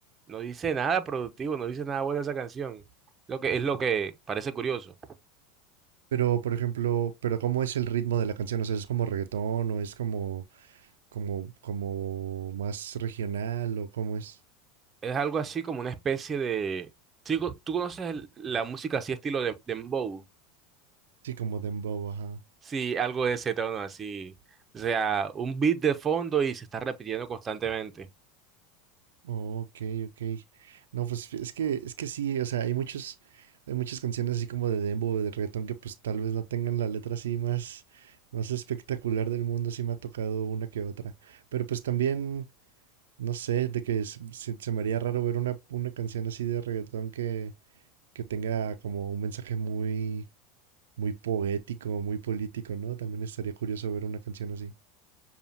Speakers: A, on the right (about 25°); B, on the right (about 85°).
A: no dice nada productivo, no dice nada bueno esa canción. Lo que es lo que parece curioso.
B: Pero, por ejemplo, pero ¿cómo es el ritmo de la canción? O sea, ¿es como reggaetón o es como, como, como más regional o cómo es?
A: Es algo así como una especie de. Sí, co- ¿Tú conoces el- la música así estilo de dembow?
B: Sí, como dembow, ajá.
A: Sí, algo de ese tono así. O sea, un beat de fondo y se está repitiendo constantemente.
B: Oh, ok, ok. No, pues fí- es que, es que sí, o sea, hay muchos, hay muchas canciones así como de dembow, de reggaetón que pues tal vez no tengan la letra así más, más espectacular del mundo, sí me ha tocado una que otra. Pero pues también, no sé, de que se, se- se me haría raro ver una, una canción así de reggaetón que que tenga como un mensaje muy, muy poético, muy político, ¿no? También estaría curioso ver una canción así.